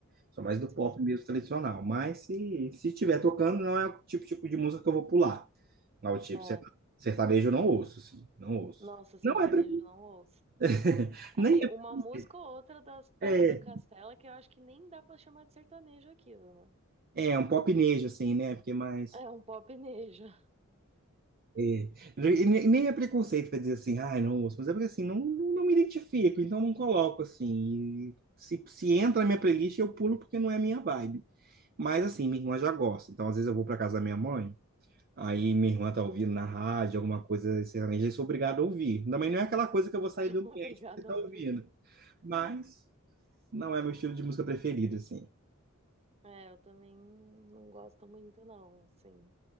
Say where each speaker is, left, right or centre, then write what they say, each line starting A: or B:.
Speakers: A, on the right; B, on the right.
A: Sou mais do
B: sim.
A: pop mesmo tradicional. Mas se, se estiver tocando, não é o tipo, tipo de música que eu vou pular. Não, tipo,
B: É.
A: ser- sertanejo eu não ouço, sim. Não ouço.
B: Nossa, sertanejo
A: Não é pre...
B: não ouço.
A: <laughs>
B: Assim,
A: Nem é
B: uma
A: preconceito.
B: música ou outra das, da
A: É,
B: Ana Castela que eu acho que nem dá pra chamar de sertanejo aquilo, né?
A: é um popnejo, assim, né? Porque mais.
B: É um popnejo. <laughs>
A: é. E ne- nem é preconceito para dizer assim, ai, não ouço. Mas é porque assim, não, não, não me identifico, então não coloco assim. E se, se entra na minha playlist, eu pulo porque não é a minha vibe. Mas assim, minha irmã já gosta. Então, às vezes eu vou para casa da minha mãe. Aí minha irmã tá ouvindo na rádio, alguma coisa sertaneja, eu sou obrigado a ouvir. Também não é aquela coisa que eu vou sair
B: Sou
A: do ambiente
B: obrigada
A: porque tá
B: a ouvir.
A: ouvindo. Mas não é meu estilo de música preferido, assim.
B: É, eu também não gosto muito, não, assim.